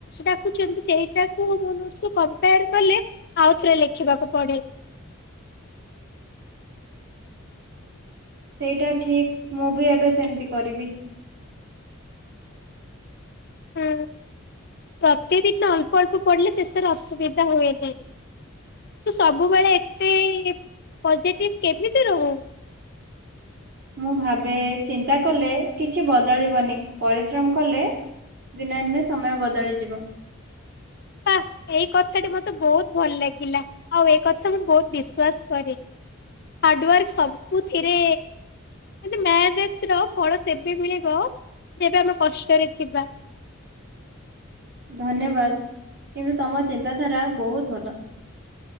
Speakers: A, on the left; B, on the right.
A: ଡା ସେଇଟାକୁ କ ଆଉଥରେ ଲେଖିବାକୁ ପଡେ।
B: ସେଇଟା ଠିକ ମୁଁ ବି ଏବେ ସେମିତି କରିବି।
A: ହୁଁ ପ୍ରତିଦିନ ଅଳ୍ପ ଅଳ୍ପ ପଡିଲେ ଶେଷରେ ଅସୁବିଧା ହୁଏ ନାହିଁ। ତୁ ସବୁବେଳେ ଏତେ ପଜିଟିଭ କେମିତି ରହୁ?
B: ମୁଁ ଭାବେ ଚିନ୍ତା କଲେ କିଛି ବଦଳିବନି ପରିଶ୍ରମ କଲେ ଦିନେ ଦିନେ ସମୟ ବଦଳିଯିବ।
A: ବା ଏଇ କଥାଟି ମତେ ବହୁତ ଭଲ ଲାଗିଲା। ଆଉ ଏ କଥା ମୁଁ ବହୁତ ବିଶ୍ଵାସ କରେ ହାର୍ଡୱାର୍କ ସବୁଥିରେ ମେନତ ର ଫଳ ସେବେ ମିଳିବ ଯେବେ ଆମେ କଷ୍ଟରେ ଥିବା
B: ଧନ୍ୟବାଦ କିନ୍ତୁ ତମ ଚିନ୍ତାଧାରା ବହୁତ ଭଲ।